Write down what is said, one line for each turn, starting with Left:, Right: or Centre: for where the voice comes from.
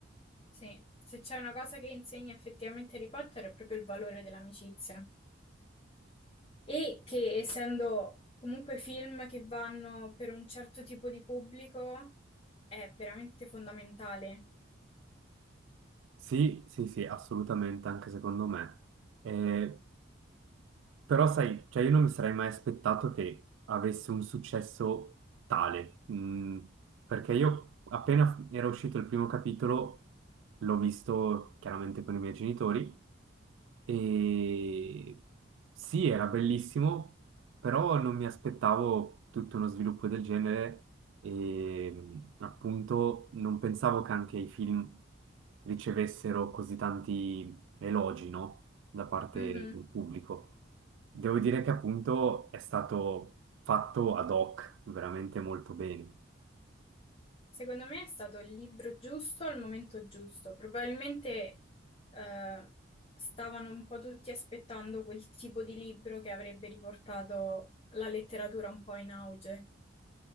Left: Sì, se c'è una cosa che insegna effettivamente Harry Potter è proprio il valore dell'amicizia. E che essendo comunque film che vanno per un certo tipo di pubblico è veramente fondamentale.
Right: Sì, sì, sì, assolutamente, anche secondo me. Eh, Però sai, cioè io non mi sarei mai aspettato che avesse un successo tale, Mm, perché io appena era uscito il primo capitolo l'ho visto chiaramente con i miei genitori e sì, era bellissimo, però non mi aspettavo tutto uno sviluppo del genere e mm, appunto non pensavo che anche i film ricevessero così tanti elogi, no? da parte
Left: Mhm.
Right: del pubblico. Devo dire che appunto è stato fatto ad hoc, veramente molto bene.
Left: Secondo me è stato il libro giusto al momento giusto. Probabilmente eh, stavano un po' tutti aspettando quel tipo di libro che avrebbe riportato la letteratura un po' in auge.